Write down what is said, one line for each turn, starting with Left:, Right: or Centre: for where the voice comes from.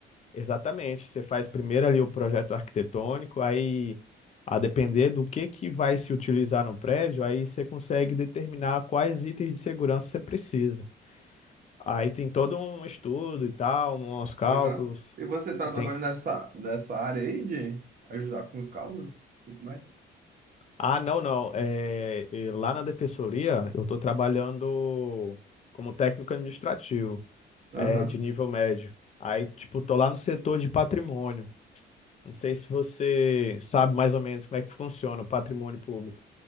Left: exatamente. Você faz primeiro ali o projeto arquitetônico, aí, a depender do que que vai se utilizar no prédio, aí você consegue determinar quais itens de segurança você precisa. Aí tem todo um estudo e tal, uns cálculos.
Right: Aham. E você tá trabalhando
Left: Tem,
Right: nessa, nessa área aí de ajudar com os cálculos e tudo mais?
Left: Ah, não, não. É, e lá na defensoria, eu estou trabalhando como técnico administrativo,
Right: Aham.
Left: é, de nível médio. Aí, tipo, tô lá no setor de patrimônio. Não sei se você sabe mais ou menos como é que funciona o patrimônio público.